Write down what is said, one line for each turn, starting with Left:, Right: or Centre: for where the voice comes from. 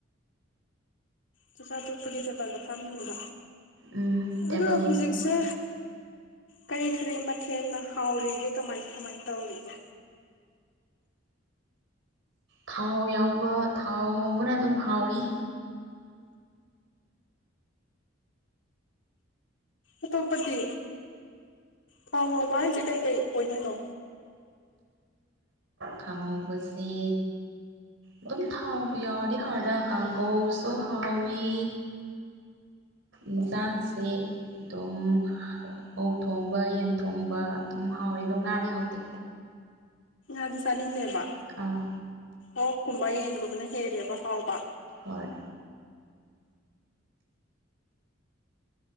Left: ꯆꯥꯆꯥꯥ ꯊꯣꯄꯒꯤ ꯗꯀꯥꯗ ꯐꯝꯅꯤꯗ
Right: ꯎꯝ ꯇꯦꯕꯜꯗ
Left: ꯑꯗꯣ ꯍꯧꯖꯤꯛꯁꯦ
Right: ꯐꯝꯂꯤ
Left: ꯀꯔꯤ ꯀꯔꯤ ꯃꯊꯦꯜꯅ ꯍꯥꯎꯔꯤꯒꯦ ꯀꯃꯥꯏ ꯀꯃꯥꯏ ꯇꯧꯔꯤꯒꯦ
Right: ꯊꯥꯎ ꯌꯥꯎꯕ ꯊꯥꯎ ꯉꯧꯕꯅ ꯑꯗꯨꯝ ꯍꯥꯎꯔꯤ
Left: ꯑꯇꯣꯞꯄꯗꯤ ꯊꯥꯎ ꯉꯥꯎꯕ ꯍꯥꯏꯁꯦ ꯀꯩꯀꯩ ꯑꯣꯏꯗꯣꯏꯅꯣ
Right: ꯈꯥꯍꯧꯕꯁꯦ ꯑꯗꯨꯝ ꯊꯥꯎꯕ ꯌꯥꯎꯔꯗꯤ ꯍꯔꯗ ꯀꯥꯡꯒꯧꯁꯨꯣꯍꯋꯤ ꯏꯟꯁꯥꯡꯁꯦ ꯑꯗꯨꯝ ꯑꯣꯛ ꯊꯣꯡꯕ ꯌꯦꯟ ꯊꯣꯡꯕ ꯑꯗꯨꯝ ꯍꯥꯎꯋꯦ ꯑꯗꯣ ꯉꯥꯗꯤ ꯍꯥꯎꯇꯦ
Left: ꯑꯗꯨ ꯆꯅꯤꯡꯗꯦꯕ
Right: ꯑꯥ
Left: ꯑꯣꯛꯀꯨꯝꯕ ꯌꯦꯟꯒꯨꯝꯕꯅ ꯍꯦꯜꯂꯦꯕ ꯍꯥꯎꯕ
Right: ꯍꯣꯏ